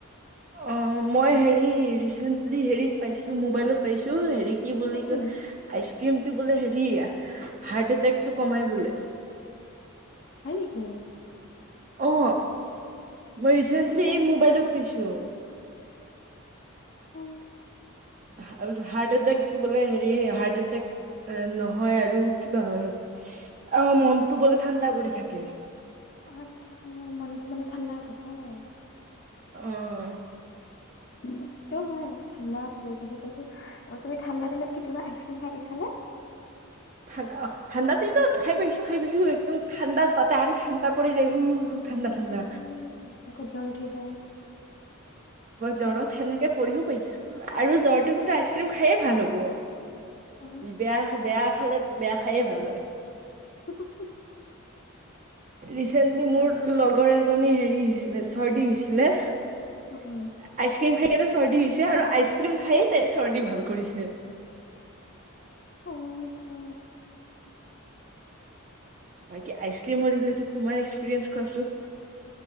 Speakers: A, on the right (about 35°); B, on the left (about 45°).
A: অ মই হেৰি ৰিচেন্টলি হেৰিত পাইছোঁ মোবাইলত পাইছোঁ হেৰিত কি বুলি
B: উম,
A: কয়?
B: উম।
A: আইচ ক্ৰীমটো বোলে হেৰি হাৰ্ট এটেকটো কমাই বোলে।
B: হয় নেকি।
A: অ'। মই ৰিচেণ্টলি
B: অ
A: এই মো'বাইলত পাইছোঁ,
B: উ।
A: হাৰ্ট এটেকটো বোলে, হাৰ্ট এটেক নহয় আৰু কিবা হয় অ মনতটো বলে ঠাণ্ডা পৰি থাকে।
B: আচ্ছা মনটো মানে ঠাণ্ডা হৈ থাকে আৰু।
A: আহ।
B: উটো হয় ঠাণ্ডা কিন্তু তুমি ঠাণ্ডা দিনত কেতিয়াবা আইচক্ৰীম খাই পাইছানে?
A: ঠাণ্ডা অ ঠাণ্ডা তি খাই পাইছো খাই পাইছো একদম ঠাণ্ডা তাতে আৰু ঠাণ্ডা পৰি যায়। ঠাণ্ডা ঠাণ্ডা।
B: উম আকৌ জ্বৰ উঠি যায়
A: জ্বৰত সেনেকে পৰিও পাইছো আৰু জ্বৰটো কিন্তু আইচক্ৰীম খায়ে ভাল হ'ব
B: অ
A: বেয়া বেয়া খালে বেয়া খায়ে ভাল হয়।
B: <unintelligible>
A: ৰিচেন্টলি মোৰ
B: বাহ,
A: লগৰ এজনী হেৰি হৈছিলে চৰ্দি হৈছিলে, আইচক্ৰীম
B: উম উম
A: খাই কেনে, চৰ্দি হৈছে আৰু আইচ ক্ৰীম খাই তাই চৰ্দি ভাল কৰিছে।
B: অ আচ্ছা।
A: বাকী আইচ ক্ৰীমৰৰিলেটত তোমাৰ এক্সপিৰিয়েঞ্চ কোৱাচোন।